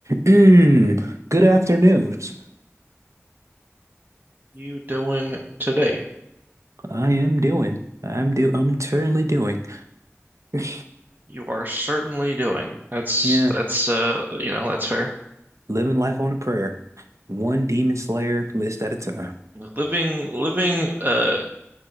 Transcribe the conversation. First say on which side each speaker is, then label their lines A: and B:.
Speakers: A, on the right; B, on the right.
A: Mm, good afternoons.
B: you doing today?
A: I am doing. I'm do. I'm currently doing. <laughs>
B: You are certainly doing. That's
A: Yeah,
B: that's uh you know, that's fair.
A: living life on a prayer, one demon slayer list at a time.
B: Living living uh